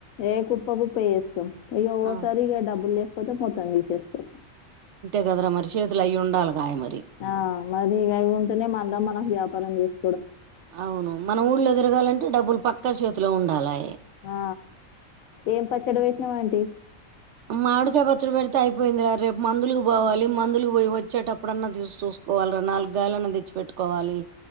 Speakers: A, on the left; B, on the right.
A: ఏ కుప్ప కుప్ప వేస్తం అయ్యో
B: ఆ
A: సరి ఇగ డబ్బులు లేకపోతే మొత్తాం తీసేస్తాం
B: <unintelligible> చేతులో అవి ఉండాలి <unintelligible>
A: ఆ మరి ఇక అ ఇవి ఉంటేనే మనా మనకు వ్యాపారం చేసు
B: అవును మన ఊళ్ళ తిర్గాలంటే డబ్బులు పక్కా చేతిలో ఉండాలే
A: ఆ ఏం పచ్చడి చేసినవ్ ఆంటీ
B: మాడికయ్ పచ్చడి పెడితే అయిపోయిందిరా రేపు మందులు పోవాలి మందులు పోయి వచ్చేటప్పుడన్నా తీ చూసుకోవాలి నాలుగుగాయలన్నా తెచ్చిపెట్టుకోవాలి